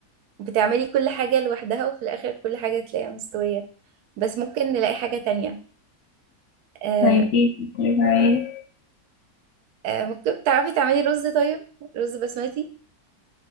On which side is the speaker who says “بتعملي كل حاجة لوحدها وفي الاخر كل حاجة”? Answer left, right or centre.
Right